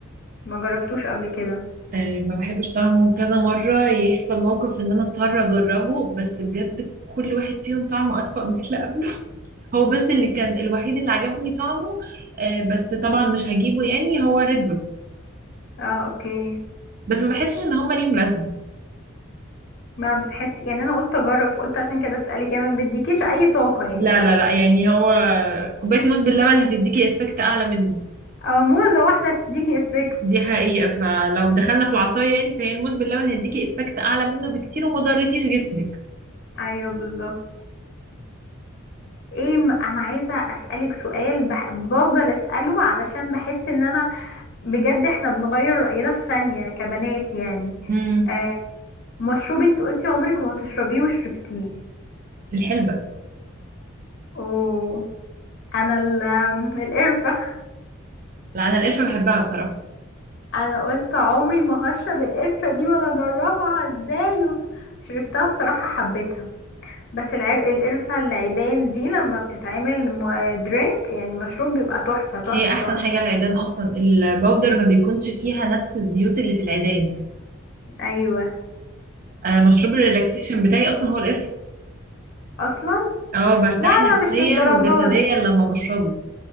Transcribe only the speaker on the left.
ما جربتوش قبل كده
اه اوكي
ما بتحسي يعني انا قلت اجرب وقلت عشان كده اسألك يعني ما بيديكيش اي طاقة يعني
او موزة واحدة تديكي افكت
ايوه بالظبط ايه م- انا عايزه اسالك سؤال بح... بفضل اساله علشان بحس ان انا بجد احنا بنغير راينا في ثانيه كبنات يعني
آه مشروب انت قلتي عمرك ما هتشربيه وشربتيه
اوه انا ال... آم، القرفه <laughs>
انا قلت عمري ما هشرب القرفه دي ولا اجربها ازاي وبت... شربتها الصراحه حبيتها بس العرق القرفه العيدان دي لما بتتعمل درينك يعني مشروب بيبقى تحفه تحفه
تحفه
ايوه
اصلا
لا انا
مش للدرجة
دي